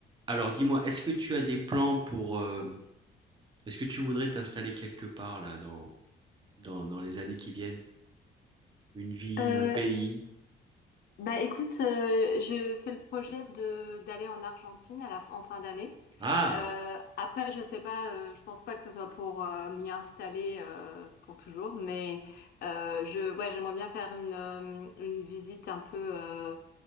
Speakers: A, on the right; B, on the left.
A: Alors dis-moi, est-ce que tu as des plans pour... euh, est-ce que tu voudrais t'installer quelque part là dans, dans, dans les années qui viennent? Une ville,
B: Euh,
A: un pays?
B: bah écoute, euh, je fais le projet de d'aller en Argentine à la, f- en fin d'année.
A: Ah,
B: Euh, après, je sais pas, euh, je pense pas que ce soit pour euh, m'y installer euh, pour toujours, mais euh, je ouais, j'aimerais bien faire une euh, une visite un peu euh,